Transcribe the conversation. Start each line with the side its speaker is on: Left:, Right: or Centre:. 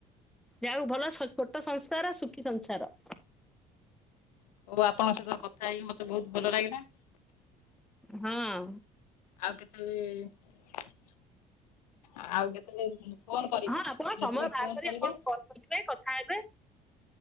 Centre: ଯାହାଉ ଭଲ ଛୋ ଛୋଟ ସଂସାର ସୁଖି ସଂସାର।
Left: ହଉ ଆପଣଙ୍କ ସହିତ କଥା ହେଇକି ମତେ ବୋହୁତ ଭଲ ଲାଗିଲା।
Centre: ହଁ।
Left: ଆଉ କେତେବେଳେ ବି ଆଉ କେତେବେଳେ ଫୋନ କରିବି
Centre: ହଁ ଆପଣ ସମୟ
Left: ମତେ
Centre: ବାହାର
Left: ଫୋନ
Centre: କରି
Left: କରିବେ।
Centre: <unintelligible> କଥା ହେବେ।